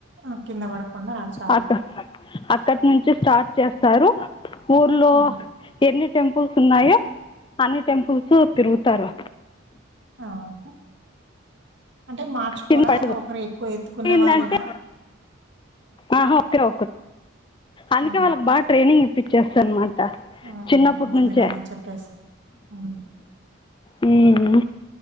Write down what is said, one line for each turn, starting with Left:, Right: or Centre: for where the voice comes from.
Right: ఆ! కింద బడకుండా నడచాలి.
Left: అక అక్క నుంచి స్టార్ట్ చేస్తారు ఊర్లో
Right: హ్మ్.
Left: ఎన్ని టెంపుల్స్ ఉన్నాయో అన్ని టెంపుల్స్ తిరుగుతారు
Right: ఆ! అంటే మార్చుకోరా?
Left: తిట్టారు
Right: ఇంగ ఒకరు ఎక్కువ ఎత్తుకున్న
Left: ఏందంటే
Right: వాళ్ళేనా?
Left: ఆహా ఒకేర్ అందుకే
Right: ఆహా!
Left: వాళ్ళకి బాగా ట్రైనింగ్ ఇప్పించేస్త అనమాట
Right: ఆహా!
Left: చిన్నప్పటి
Right: ముందుగానే
Left: నుంచే
Right: చెప్పేసి. హ్మ్.
Left: హ్మ్